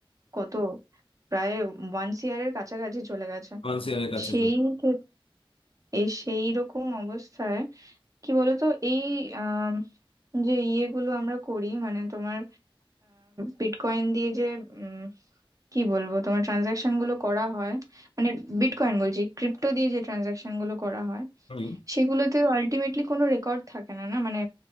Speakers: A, on the right (about 35°); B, on the left (about 75°).
A: কত প্রায় ওয়ান ইয়ারের কাছাকাছি চলে গেছে
B: ফাইন্যান্সিয়ালের কাছে
A: সেই
B: তো
A: ক্ষেত- এই সেই রকম অবস্থায় কি বলতো এই আম, যে ইয়েগুলো আমরা করি মানে তোমার বিটকয়েন দিয়ে যে উম, কি বলবো তোমার ট্রানজাকশন গুলো করা হয় মানে বিটকয়েন বলছি ক্রিপ্টো দিয়ে যে ট্রানজাকশন গুলো করা হয়
B: হুম,
A: সেগুলোতে আলটিমেটলি কোনো রেকর্ড থাকে না না মানে